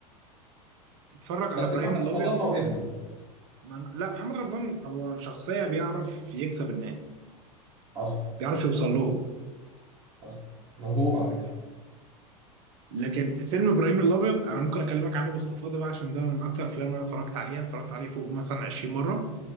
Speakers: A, on the right (about 50°); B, on the right (about 25°).
A: اتفرج
B: بس
A: على ابراهيم
B: محمد
A: الابيض
B: رمضان موهبه
A: ما أنا- لا محمد رمضان هو شخصية بيعرف يكسب الناس
B: حصل
A: بيعرف يوصل لهم
B: حصل موهوب على فكره
A: لكن فيلم ابراهيم الابيض انا ممكن اكلمك عنه باستفاضه بقى عشان ده من اكتر الافلام اللي انا اتفرجت عليها اتفرجت عليه فوق مثلا 20 مره